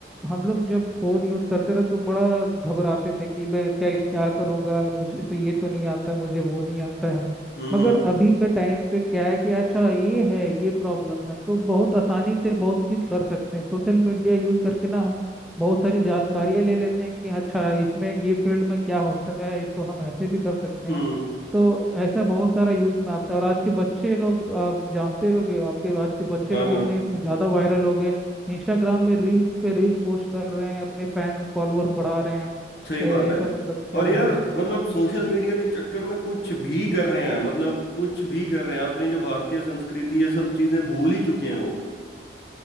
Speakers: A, in the centre; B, on the left (about 65°).
A: हम लोग जब फोन यूज करते रहे तो बड़ा घबराते थे कि मैं क्या क्या करूंगा मुझे तो ये तो नहीं आता मुझे वो नहीं आता है
B: हम्म
A: मगर अभी के टाइम पे क्या है कि अच्छा ये है ये प्रॉब्लम है तो बहुत आसानी से बहुत चीज कर सकते हैं सोशल मीडिया यूज करके ना बहुत सारी जानकारियाँ ले लेते हैं कि अच्छा इसमें ये फील्ड में क्या होता है इसको हम ऐसे भी कर सकते
B: हम्म
A: हैं तो ऐसा बहुत सारा यूज में आता है और आज के बच्चे लोग आप जानते होंगे आपके आज के बच्चे
B: हम्म, हाँ
A: लोग इतने
B: हाँ
A: ज़्यादा वायरल हो गए इंस्टाग्राम में रील्स पे रील्स पोस्ट कर रहे हैं अपने फैन फॉलोअर्स बढ़ा रहे हैं
B: सही
A: ए-
B: बात
A: ऐसा
B: है
A: मतलब चल
B: और यार
A: रहा है
B: मतलब सोशल मीडिया के चक्कर में कुछ भी कर रहे हैं मतलब कुछ भी कर रहे हैं अपनी जो भारतीय संस्कृति ये सब चीजें भूल ही चुके हैं वो